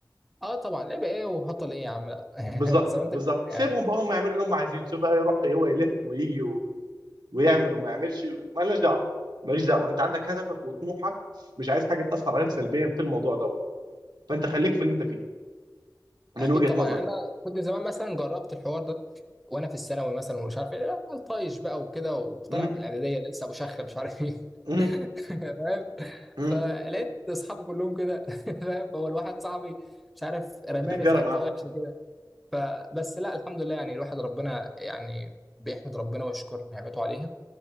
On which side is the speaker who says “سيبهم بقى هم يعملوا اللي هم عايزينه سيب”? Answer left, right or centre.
Right